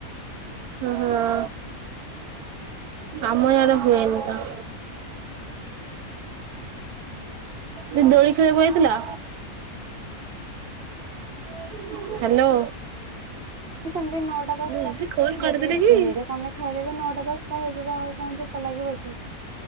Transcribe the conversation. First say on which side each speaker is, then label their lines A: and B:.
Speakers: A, on the right (about 85°); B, on the right (about 65°).
A: ହଁ ଆମର ଇଆଡେ ହୁଏନି ତ। ସେ ଦୋଳି ଖେଳିବାକୁ ଯଇଥିଲା <inaudible> ହ୍ୟାଲୋ
B: ସେମିତି ନଅଟା ଦଶଟା
A: ଦିଦି କଲ୍ କରିଦେଲେ
B: ଯଦି
A: କି?
B: ନିରେ କଣରେ ଖାଇଦ ଏବେ ନଅଟା ଦଶଟା ହେଇଯିବ ଆଉ କଣ ଭୋକ ଲାଗିବ କି?